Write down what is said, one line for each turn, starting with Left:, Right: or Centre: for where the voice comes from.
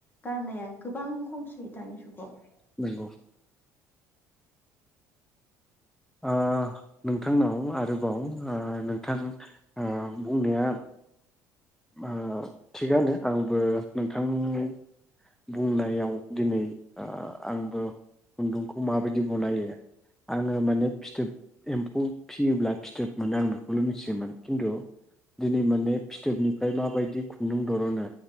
Left: गाननाया गोबां खमसै दानि जुगाव।
Centre: नंगौ ओ नोंथांनाव आरोबाव ओ नोंथां ओ बुंनाया ओ थिगानो आंबो नोंथांनि बुंनायाव दिनै आंबो खुन्दुंखौ माबायदि बनायो आङो माने फिथोब एम्फौ फियोब्ला फिथोब मोनो आं बेखौल' मिथियोमोन खिन्थु दिनै माने फिथोबनिफ्राय माबायदि खुन्दुं दर'नो